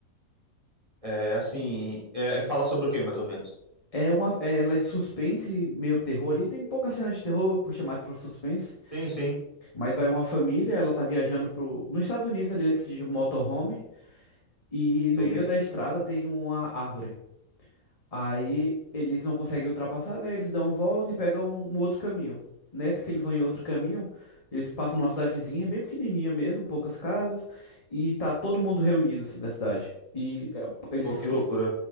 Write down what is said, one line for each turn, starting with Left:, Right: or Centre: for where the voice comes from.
Right: É, assim, é, é falar sobre o quê, mais ou menos?
Left: É uma, é, ela é de suspense, meio terror ali. Tem pouca cena de terror, puxa mais pro suspense.
Right: Sim, sim,
Left: Mas vai uma família, ela tá viajando pro... nos Estados Unidos ali de motorhome e no
Right: sim.
Left: meio da estrada tem uma árvore. Aí eles não conseguem ultrapassar, né? Eles dão uma volta e pegam um um outro caminho. Nessa que eles vão em outro caminho, eles passam numa cidadezinha bem pequenininha mesmo, poucas casas, e tá todo mundo reunido assim da cidade. E é, eles
Right: Pô, que loucura.